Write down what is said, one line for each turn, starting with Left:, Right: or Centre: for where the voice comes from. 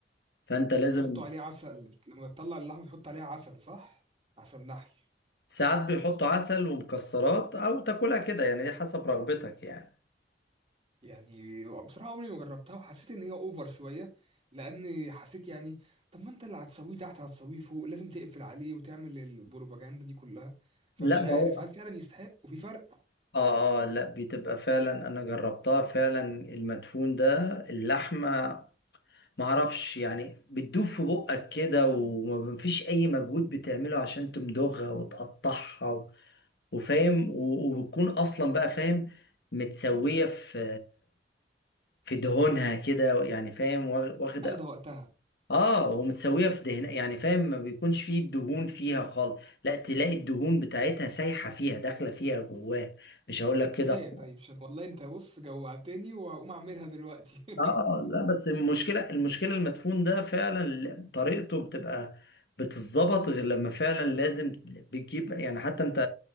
Left: فانت لازم
Right: يحطوا عليه عسل لما تطلع اللحمة تحط عليها عسل صح عسل نحل
Left: ساعات بيحطوا عسل ومكسرات او تاكلها كده يعني دي حسب رغبتك يعني
Right: يعني بصراحة عمري ما جربتها وحسيت ان هي اوفر شوية لان حسيت يعني طب ما انت اللي هتسويه تحت هتسويه فوق لازم تقفل عليه وتعمل البروباجندا دي كلها فمش
Left: لا ما
Right: عارف
Left: هو
Right: هل فعلا يستحق وفي فرق
Left: اه اه لا بتبقى فعلا انا جربتها فعلا المدفون ده اللحمه معرفش يعني بتدوب في بقك كده ومفيش اي مجهود بتعمله عشان تمضغها وتقطعها و- وفاهم و- وبتكون اصلا بقى فاهم متسوية في في دهونها كده يعني فاهم وا- واخدة
Right: اخده وقتها
Left: اه ومتسوية في دهن يعني فاهم ما بيكونش فيه الدهون فيها خالص لا تلاقي الدهون بتاعتها سايحة فيها داخلة فيها جواها مش هقول لك كده
Right: كفاية طيب عشان والله انت بص جوعتني وهقوم اعملها دلوقتي <laughs>
Left: اه لا بس المشكله المشكله المدفون ده فعلا طريقته بتبقى بتتظبط غير لما فعلا لازم بتجيب يعني حتى انت